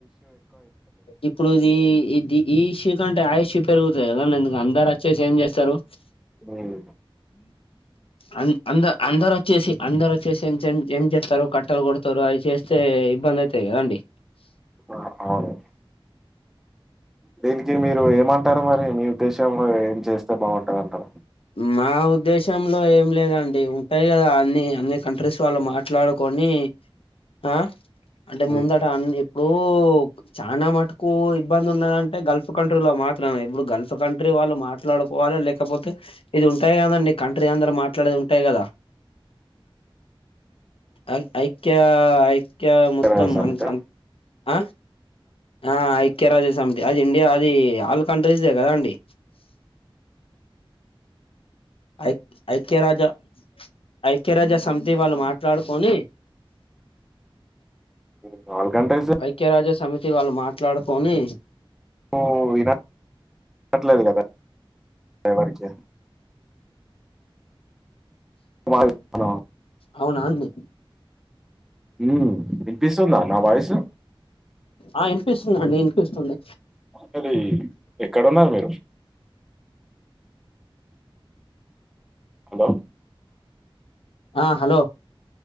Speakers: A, on the left; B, in the centre.
A: ఇప్పుడు ఇది ఈ ది ఇష్యూ కంటే ఆ ఇష్యూ పెరుగుతయి కదండి ఎందుకు అందరు వచ్చేసి ఏం చేస్తారు
B: మ్మ్
A: అన్ అంద అందరు వచ్చేసి అందరు వచ్చేసి ఏం చే ఏం చెత్తారు కట్టలు కొడతారు అవి చేస్తే ఇబ్బంది అవుతాయి కదండి
B: ఆ అవును దీనికి మీరు ఏమంటారు మరి మీ ఉద్దేశం ఏం చేస్తే బాగుంటంది అంటారు
A: మా ఉద్దేశంలో ఏం లేదండి ఉంటాయి కదా అన్ని అన్ని కంట్రీస్ వాళ్ళు మాట్లాడుకొని ని ఆ అంటే
B: ఈ
A: ముందట అ ఇప్పుడు చానా మట్టుకు ఇబ్బంది ఉన్నదంటే గల్ఫ్ కంట్రీలో మాత్రమే ఇప్పుడు గల్ఫ్ కంట్రీ వాళ్ళు మాట్లాడు కోవాలా లేకపోతే ఇది ఉంటాయి కదండి కంట్రీ అందరూ మాట్లాడేది ఉంటాయి కదా ఐ ఐక్య ఐక్య
B: ఐక్యరాజ్య
A: మొత్తం
B: సమితా?
A: అ ఆ ఆ ఐ క్యరాజ్యసమితి అ అది ఇండియా అది ఆల్ కంట్రీస్ దే కదా అండి ఐ ఐక్యరాజా ఐక్యరాజ సమితి వాళ్ళు మాట్లాడుకొని
B: <inaudible> ఆల్ కంట్రీసే
A: ఐక్యరాజ్య సమితి వాళ్ళు మాట్లాడుకొని
B: ఓ విన <inaudible> ట్లేదు <unintelligible> కదా ఎవ్వరికి వాయ్ మనం
A: అవునా అండి
B: మ్మ్ వినిపిస్తుందా నా వాయిసు
A: ఆ ఇన్ పిస్తుందండి వినిపిస్తుంది
B: మరి ఎక్కడున్నారు మీరు? హలో.
A: ఆ హలో